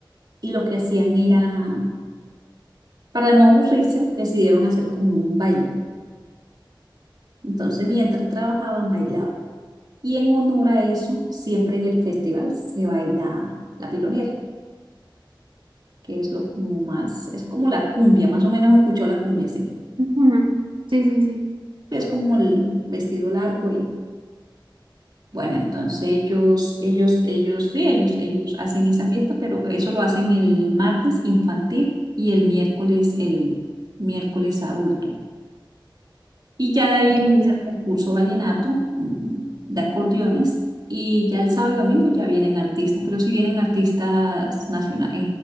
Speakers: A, on the right; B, on the right.
A: y lo que hacían era, para no aburrirse, decidieron hacer como un baile. Entonces mientras trabajaban, bailaban. Y en honor a eso, siempre en el festival se baila la pilonera, que es lo como más, es como la cumbia, más o menos escuchó la cumbia, sí.
B: ujú. Sí, sí, sí.
A: Es como el vestido largo y Bueno, entonces ellos, ellos, ellos, sí, ellos, ellos hacen esa fiesta, pero eso lo hacen el martes infantil y el miércoles, el miércoles adulto. Y ya de ahí
B: Mm,
A: empieza
B: Ya.
A: el concurso vallenato, mm, de acordeones, y ya el sábado y domingo ya vienen artistas, pero sí vienen artistas nacionales,